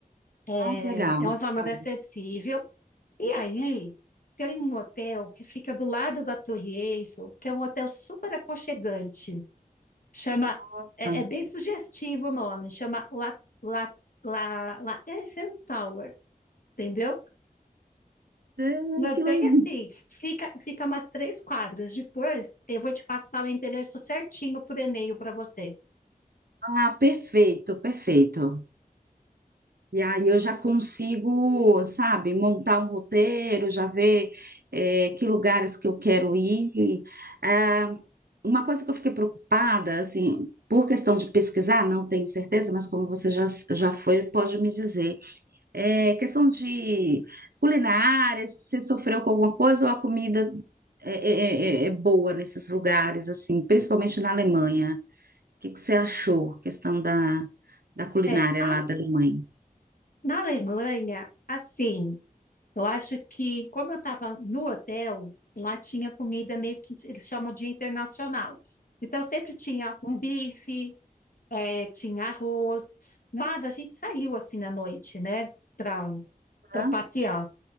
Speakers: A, on the left; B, on the right.
A: é,
B: Ah, que legal,
A: é um
B: isso
A: valor
B: é bom.
A: acessível. E aí tem um hotel que fica do lado da Torre Eiffel, que é um hotel super aconchegante. Chama,
B: Nossa,
A: é,
B: Ah,
A: é bem sugestivo o nome, chama La, La, La, La Eiffel Tower, entendeu?
B: que legal.
A: Não é bem assim, fica, fica umas três quadras. Depois eu vou te passar o endereço certinho por e-mail para você.
B: Ah, perfeito, perfeito. E aí eu já consigo, sabe, montar um roteiro, já ver eh, que lugares que eu quero ir. Ah, uma coisa que eu fiquei preocupada, assim, por questão de pesquisar, não tenho certeza, mas como você já, já foi, pode me dizer. É questão de culinária, se sofreu com alguma coisa ou a comida é, é- é- é é boa nesses lugares, assim, principalmente na Alemanha. O que que você achou, questão da, da culinária
A: É, a
B: lá da Alemanha?
A: Na Alemanha, assim, eu acho que, como eu estava no hotel, lá tinha comida meio que eles chamam de internacional. Então, sempre tinha um bife, eh, tinha arroz, nada. A gente saiu assim à noite, né, para para
B: Ah,
A: passear.